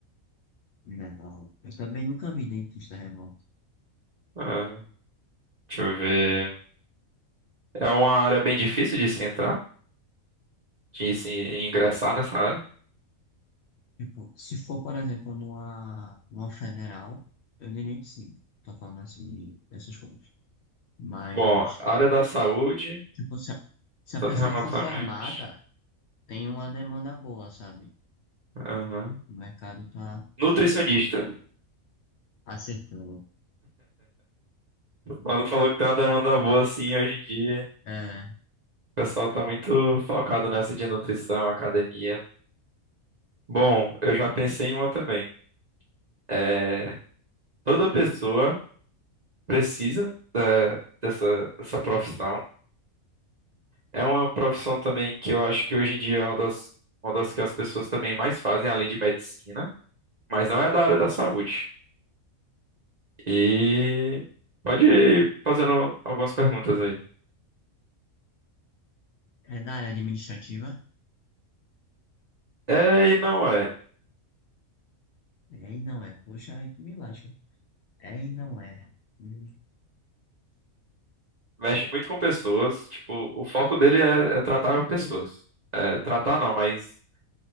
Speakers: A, on the left; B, on the right.
A: Não, eu também nunca vi dentista remoto.
B: Ah, deixa eu ver. É uma área bem difícil de se entrar, de se ingressar nessa área.
A: Tipo, se for, por exemplo, numa, numa federal, eu diria que sim. Tô falando assim de- dessas coisas. Mas,
B: Bom, área da saúde,
A: tipo, se a, se
B: tanto
A: a pessoa
B: remotamente.
A: for formada, tem uma demanda boa, sabe?
B: Aham.
A: O mercado tá
B: Nutricionista.
A: aceitando.
B: Quando falou que tem uma demanda boa assim hoje em dia,
A: É,
B: o pessoal tá muito focado nessa de nutrição, academia. Bom, eu já pensei em uma também. É, toda pessoa precisa da- dessa, dessa profissão. É uma profissão também que eu acho que hoje em dia é uma das, uma das que as pessoas também mais fazem, além de medicina, mas não é da área da saúde. E pode ir fazendo algumas perguntas aí.
A: é da área administrativa?
B: É e não é.
A: É e não é. Poxa, aí tu me lasca. É e não é. Hum,
B: Mexe muito com pessoas, tipo, o foco dele é, é tratar pessoas. É, tratar não, mas